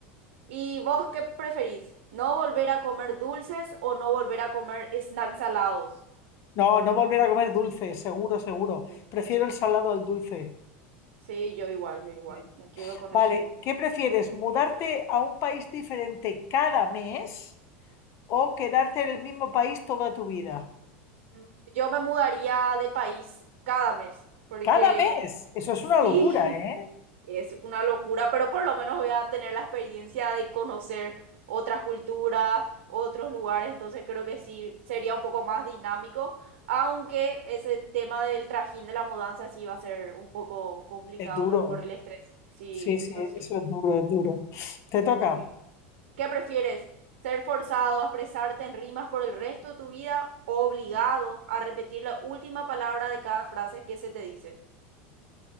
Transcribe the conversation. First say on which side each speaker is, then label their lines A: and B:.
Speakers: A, on the right (about 80°); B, on the left (about 45°).
A: ¿Y vos qué preferís? ¿No volver a comer dulces o no volver a comer snacks salados?
B: No, no volver a comer dulce, seguro, seguro.
A: Sí,
B: Prefiero el salado al dulce.
A: Sí, yo igual, yo igual.
B: Sí.
A: Me quedo con
B: Vale,
A: ese mismo.
B: ¿qué prefieres, mudarte a un país diferente cada mes o quedarte en el mismo país toda tu vida?
A: Mm, Yo me mudaría de país cada mes, porque
B: Cada mes. Eso es
A: sí,
B: una locura, ¿eh?
A: <laughs> Es una locura, pero por lo menos voy a tener la experiencia de conocer otras culturas, otros lugares, entonces creo que sí sería un poco más dinámico, aunque ese tema del trajín de la mudanza sí va a ser un poco complicado
B: Es duro.
A: también por el estrés. Sí,
B: Sí, sí,
A: eso sí,
B: eso es duro, es duro. Te toca.
A: sí. ¿Qué prefieres? ¿Ser forzado a expresarte en rimas por el resto de tu vida o obligado a repetir la última palabra de cada frase que se te dice?